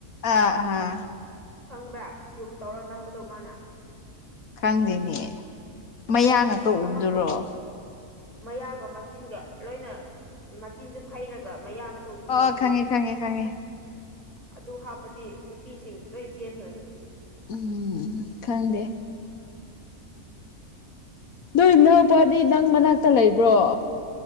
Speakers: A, on the left (about 70°); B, on the right (about 25°).
A: ꯑꯥ ꯑꯥ
B: ꯈꯪꯕ꯭ꯔꯥ ꯖꯨꯝ ꯇꯧꯔ ꯅꯝꯕꯗꯣ ꯃꯥꯅ
A: ꯈꯪꯗꯦꯅꯦ ꯃꯌꯥ
B: ꯑꯁ
A: ꯉꯥꯛꯇ
B: ꯑꯃ
A: ꯎꯗꯨꯔꯣ
B: ꯐꯣꯇꯣ ꯃꯌꯥꯒ ꯃꯆꯤꯟꯒ ꯂꯣꯏꯅ ꯃꯆꯤꯟꯁꯨ ꯐꯩꯔꯒ ꯃꯌꯥꯒ ꯇꯧꯕꯗꯣ
A: ꯑꯣ ꯈꯪꯉꯦ ꯈꯪꯉꯦ ꯈꯪꯉꯦ
B: ꯑꯗꯨ ꯍꯥꯞꯄꯗꯤ ꯅꯨꯄꯤꯁꯤꯡ ꯂꯣꯏ ꯆꯦꯟꯈ꯭ꯔꯅꯤ
A: ꯎꯝ ꯈꯪꯗꯦ ꯅꯣꯏ ꯅꯅꯥꯎꯄꯥꯗꯤ ꯅꯪ ꯃꯅꯥꯛꯇ ꯂꯩꯕ꯭ꯔꯣ